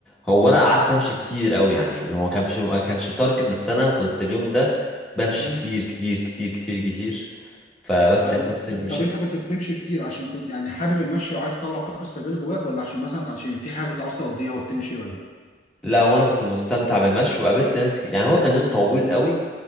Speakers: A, in the centre; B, on the left.
A: هو انا قعدت امشي كتير قوي يعني هو كان مش ما كانش تارجت بس انا كنت اليوم ده بمشي
B: امم
A: كتير كتير كتير كتير كتير فبس
B: ايوه
A: لقيت نفسي
B: ط-
A: مشيت
B: طب انت كنت بتمشي كتير عشان كنت يعني حابب المشي وعايز تطلع الطاقه السلبيه اللي جواك ولا عشان مثلا عشان في حاجه كنت عايز تقضيها وبتمشي ولا
A: لا وانا كنت مستمتع بالمشي وقابلت ناس كتير. يعني هو كان يوم طويل قوي